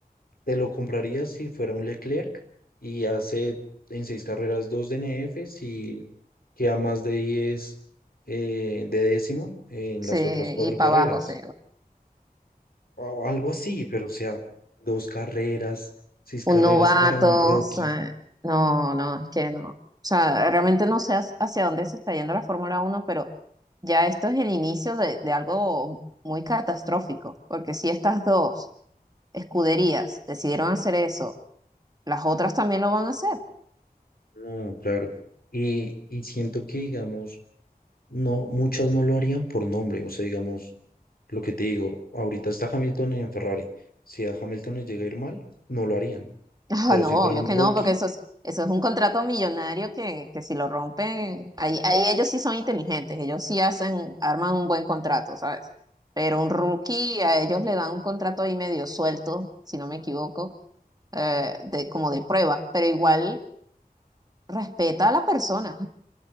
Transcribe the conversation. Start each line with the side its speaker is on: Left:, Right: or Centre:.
Left: te lo comprarías si fuera un Leclerc y hace en seis carreras dos DNFs y queda más de 10 eh, de décimo en
Right: Sí,
Left: las
Right: y
Left: otras cuatro
Right: para
Left: carreras.
Right: abajo, sí.
Left: O algo así, pero o sea, dos carreras, seis
Right: un
Left: carreras
Right: novato,
Left: para un Rocky.
Right: o sea, no, no, es que no. O sea, realmente no sé hacia hacia dónde se está yendo la Fórmula Uno, pero ya esto es el inicio de, de algo muy catastrófico, porque si estas dos escuderías decidieron hacer eso, las otras también lo van a hacer.
Left: No, claro. Y, y siento que, digamos, no, muchas no lo harían por nombre. O sea, digamos, Lo que te digo, ahorita está Hamilton en Ferrari. Si a Hamilton le llega a ir mal, no lo harían.
Right: Ah,
Left: Pero
Right: no,
Left: si fuera
Right: obvio
Left: un
Right: que
Left: Rocky,
Right: no, porque eso es, eso es un contrato millonario que, que si lo rompen, ahí, ahí ellos sí son inteligentes, ellos sí hacen, arman un buen contrato, ¿sabes? Pero un rookie a ellos le dan un contrato ahí medio suelto, si no me equivoco, eh, de, como de prueba, pero igual respeta a la persona.